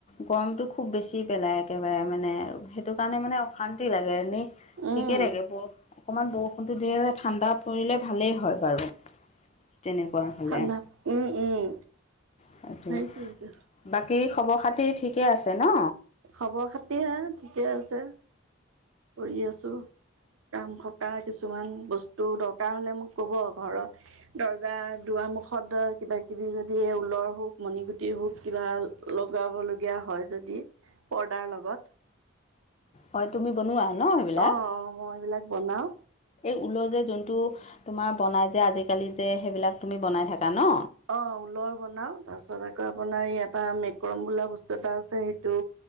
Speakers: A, on the left (about 30°); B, on the right (about 80°).
A: গৰমটো খুব বেছি পেলাই একেবাৰে মানে সেইটো কাৰণে মানে অশান্তি লাগে এনেই
B: উম
A: ঠিকেই থাকে ব অকনমান বৰষুণটো দিয়ে যে ঠাণ্ডা পৰিলে ভালেই হয় বাৰু। তেনেকুৱা হ'লে
B: ঠাণ্ডা উম উম
A: সেইটো
B: সেইতোৱেটো
A: বাকী খবৰ-খাতি ঠিকে আছে ন
B: খবৰ-খাতি আ ঠিকে আছে। কৰি আছো কাম খকা কিছুমান বস্তু দৰকাৰ হ'লে মোক ক'ব ঘৰ দৰ্জা দুৱাৰমুখত ধৰ, কিবা-কিবি যদি ঊলৰ হওক, মণিগুটিৰ হওক কিবা লগাবলগীয়া হয় যদি পৰ্দাৰ লগত
A: হয় তুমি বনোৱা ন সেইবিলাক
B: অ অ মই এইবিলাক বনাও।
A: এই ঊল' যে যোনটো তোমাৰ বনাই যে আজি-কালি যে সেইবিলাক তুমি বনাই থাকা ন
B: অ ঊলৰ বনাও তাৰপিছত আকৌ আপোনাৰ এটা মেক্ৰম বোলা বস্তু এটা আছে সেইটো